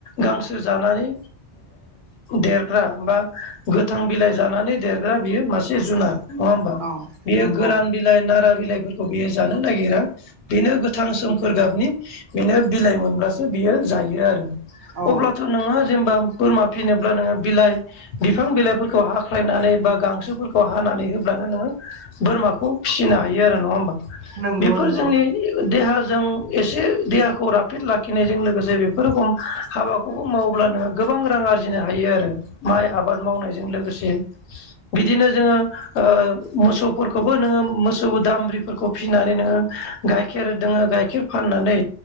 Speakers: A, on the left (about 80°); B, on the right (about 55°).
A: गांसो जानानै देरग्रा बा गोथां बिलाइ जानानै देरग्रा बियो मासे जुनार नङा होमबा
B: औ
A: बियो
B: नंगौ
A: गोरान बिलाइ नारा बिलाइ बि ज नागिरा बेनो गोथां हंखोर गाबनि बिनो बिलाइ मोनब्लासो बियो जायो आरो।
B: औ
A: अब्लाथ' नोङो जेनेबा बोरमा फिसिनोब्ला नोङो बिलाइ बिफां बिलाइफोरखौ हाख्लायनानै बा गांसोफोरखौ हानानै होब्लानो नोङो बोरमाखौ फिसिनो हायो आरो नङा होमबा
B: नंगौ
A: बेफोर
B: नंगौ
A: जोंनि देहाजों एसे देहाखौ राफोद लाखिनायजों लोगोसे बेफोर रोखम हाबाखौ बेखौ मावब्लानो गोबां रां आरजिनो हायो आरो माइ आबाद मावनायजों लोगोसे बिदिनो जोङो ओ मोसौफोरखौबो नोङो मोसौ दामब्रिफोरखौ फिसिनानै नोङो गाइखेर दोङो गाइखेर फाननानै